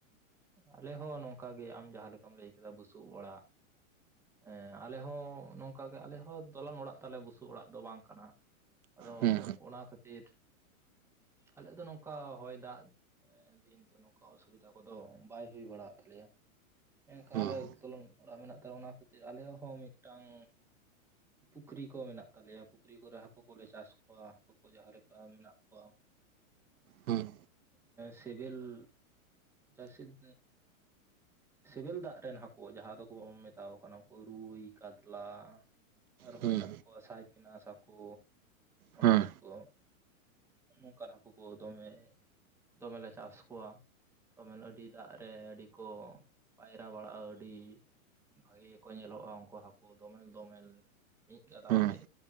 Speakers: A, in the centre; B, on the right (about 80°).
A: ᱟᱞᱮ ᱦᱚᱸ ᱱᱚᱝᱠᱟ ᱜᱮ ᱟᱢ ᱡᱟᱦᱟᱸ ᱞᱮᱠᱟᱢ ᱞᱟᱹᱭ ᱠᱮᱫᱟ ᱵᱩᱥᱩᱵ ᱚᱲᱟᱜ ᱦᱮᱸ ᱟᱞᱮ ᱦᱚᱸ ᱱᱚᱝᱠᱟ ᱜᱮ ᱟᱞᱮ ᱦᱚᱸ ᱫᱚᱞᱟᱱ ᱚᱲᱟᱜ ᱛᱟᱞᱮ ᱵᱩᱥᱩᱵ ᱚᱲᱟᱜ ᱫᱚ ᱵᱟᱝ ᱠᱟᱱᱟ ᱟᱫᱚ
B: ᱦᱩᱸ
A: ᱚᱱᱟ ᱠᱷᱟᱹᱛᱤᱨ ᱟᱞᱮᱭᱟᱜ ᱫᱚ ᱱᱚᱝᱠᱟ ᱦᱚᱭ ᱫᱟᱜ ᱫᱤᱱ ᱫᱚ ᱱᱚᱝᱠᱟ ᱚᱥᱩᱵᱤᱫᱷᱟ ᱠᱚ ᱫᱚ ᱵᱟᱭ ᱦᱩᱭ ᱵᱟᱲᱟᱜ ᱛᱟᱞᱮᱭᱟ ᱮᱱᱠᱟ
B: ᱦᱩᱸ
A: ᱟᱞᱮ <unintelligible> ᱚᱲᱟᱜ ᱢᱮᱱᱟᱜ ᱛᱟᱞᱮ ᱚᱱᱟ ᱠᱷᱟᱹᱛᱤᱨ ᱟᱞᱮᱭᱟᱜ ᱦᱚᱸ ᱢᱤᱫᱴᱟᱝ ᱯᱩᱠᱷᱨᱤ ᱠᱚ ᱢᱮᱱᱟᱜ ᱛᱟᱞᱮᱭᱟ ᱯᱩᱠᱷᱨᱤ ᱠᱚᱨᱮ ᱦᱟᱹᱠᱳ ᱠᱚᱞᱮ ᱪᱟᱥ ᱠᱚᱣᱟ <inaudible> ᱠᱚ ᱡᱟᱦᱟᱸ ᱞᱮᱠᱟ ᱢᱮᱱᱟᱜ ᱠᱚᱣᱟ
B: ᱦᱩᱸ
A: ᱥᱤᱵᱤᱞ <unintelligible> ᱨᱥᱤᱫ ᱥᱤᱵᱤᱞ ᱫᱟᱜ ᱨᱮᱱ ᱦᱟᱹᱠᱳ ᱡᱟᱦᱟᱸ ᱫᱚᱠᱚ ᱢᱮᱛᱟᱣ ᱠᱟᱱᱟ ᱩᱱᱠᱩ ᱨᱩᱭ ᱠᱟᱛᱞᱟ ᱟᱨᱦᱚᱸ
B: ᱦᱩᱸ
A: ᱢᱮᱱᱟᱜ ᱠᱚᱣᱟ ᱥᱟᱭ ᱯᱤᱱᱟᱥ ᱦᱟᱸᱠᱳ
B: ᱦᱩᱸ
A: ᱱᱚᱝ ᱠᱚ ᱱᱚᱝᱠᱟ ᱦᱟᱹᱠᱩ ᱠᱚ ᱫᱚᱢᱮ ᱫᱚᱢᱮᱞᱮ ᱪᱟᱥ ᱠᱚᱣᱟ ᱫᱚᱢᱮᱞ ᱟᱹᱰᱤ ᱫᱟᱜ ᱨᱮ ᱟᱹᱰᱤ ᱠᱚ ᱯᱟᱭᱨᱟ ᱵᱟᱲᱟᱜᱼᱟ ᱟᱹᱰᱤ ᱵᱷᱟᱹᱜᱤ ᱜᱮᱠᱚ ᱧᱮᱞᱚᱜᱼᱟ ᱩᱱᱠᱳ ᱦᱟᱹᱠᱳ ᱫᱚᱢᱮᱞ ᱫᱚᱢᱮᱞ ᱢᱤᱫ ᱜᱟᱫᱟ
B: ᱦᱩᱸ
A: ᱠᱟᱛᱮᱫ
B: ᱦᱩᱸ